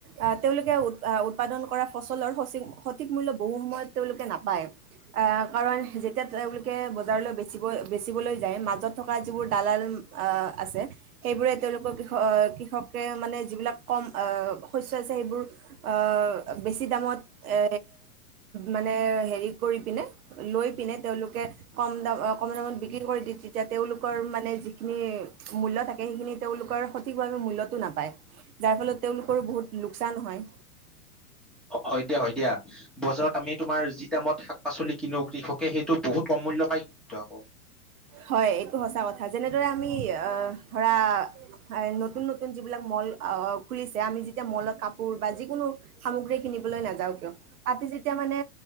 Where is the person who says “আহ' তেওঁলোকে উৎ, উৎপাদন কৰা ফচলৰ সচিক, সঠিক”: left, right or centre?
Right